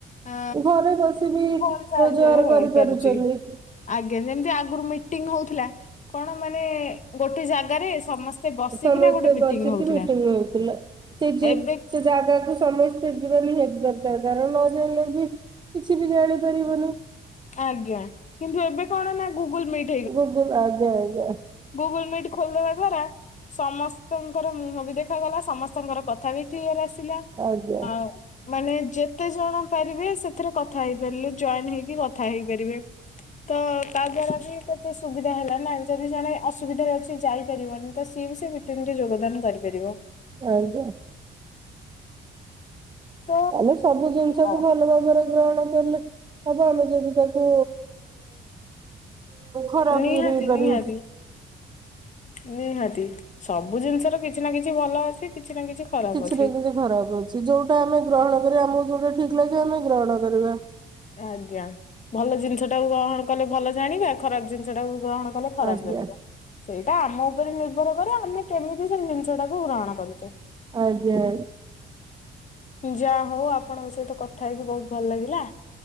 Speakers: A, on the left; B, on the right.
A: ଅ
B: ଘରେ ବସି ବି
A: ଫୋନ ସାହାଯ୍ୟରେ
B: ରୋଜଗାର
A: ହେଇପାରୁଛି
B: କରିପାରୁଛନ୍ତି।
A: ଆଜ୍ଞା ଯେମିତି ଆଗରୁ ମିଟିଂ ହଉଥିଲା କଣ ମାନେ ଗୋଟେ ଜାଗାରେ ସମସ୍ତେ ବସିକିନା
B: ସମସ୍ତେ
A: ଗୋଟେ ମିଟିଂ
B: ବସିକି
A: ହଉଥିଲା
B: ହଉଥିଲା ସେ ଯେ
A: ଏବେ
B: ସେ ଜାଗାକୁ ସମସ୍ତେ ଯିବା ନିହାତି ଦରକାର କାରଣ ନ ଜାଲେ ବି କିଛି ବି ଜାଣିପାରିବନି।
A: ଆଜ୍ଞା କିନ୍ତୁ ଏବେ କଣ ନା ଗୁଗୁଲ ମିଟ୍।
B: <inaudible> ଆଜ୍ଞା ଆଜ୍ଞା।
A: ଗୁଗୁଳି ମିଟ ଖୋଲିଦେବା ଦ୍ୱାରା। ସମସ୍ତଙ୍କର ମୁହଁ ବି ଦେଖାଗଲା ସମସ୍ତଙ୍କର କଥା ବି କ୍ଲିୟର ଆସିଲା।
B: ଆଜ୍ଞା
A: ଆଉ ମାନେ ଯେତେ ଜଣ ପାରିବେ ସେଥିରେ କଥା ହେଇପାରିଲେ ଜଏନ ହେଇକି କଥା ହେଇପାରିବେ। ତ ତା ଦ୍ଵାରା ବି କେତେ ସୁବିଧା ହେଲା ନାହିଁ ଯଦି ଜଣେ ଅସୁବିଧାରେ ଅଛି ଯାଇପାରିବନି ତ ସିଏ ବି ସେ ମିଟିଙ୍ଗିରେ ଯୋଗଦାନ କରିପାରିବ।
B: ଆଜ୍ଞା।
A: ତ
B: ଆମେ ସବୁ ଜିନିଷ
A: ଅ
B: କୁ ଭଲ ଭାବରେ ଗ୍ରହଣ କଲେ ହବ ଆମେ ଯଦି ତାକୁ ଖରା
A: ନିହାତି
B: ପିରି କରି
A: ନିହାତି ନିହାତି ସବୁ ଜିନିଷର କିଛି ନା କିଛି ଭଲ ଅଛି। କିଛି ନା ଖରାପ
B: କିଛି
A: ଅଛି।
B: ନା କିଛି ଖରାପ ଅଛି ଯୋଉଟା ଆମେ ଗ୍ରହଣ କରିବା ଆମକୁ ଯୋଉଟା ଠିକ ଲାଗେ ଆମେ ଗ୍ରହଣ କରିବା।
A: ଆଜ୍ଞା ଭଲ ଜିନିଷ ଟାକୁ ଗ୍ରହଣ କଲେ ଭଲ ଜାଣିବା ଖରାପ ଜିନିଷ ଟାକୁ ଗ୍ରହଣ ଖରାପ
B: ଆଜ୍ଞା
A: ଜାନିବ। ସେଇଟା ଆମ ଉପରେ ନିର୍ଭର କରେ ଆମେ କେମିତି ସେ ଜିନିଷଟାକୁ ଗ୍ରହଣ କରୁଛେ।
B: ଆଜ୍ଞା।
A: ଯା ହଉ ଆପଣଙ୍କ ସହିତ କଥା ହେଇକି ବହୁତ ଭଲ ଲାଗିଲା।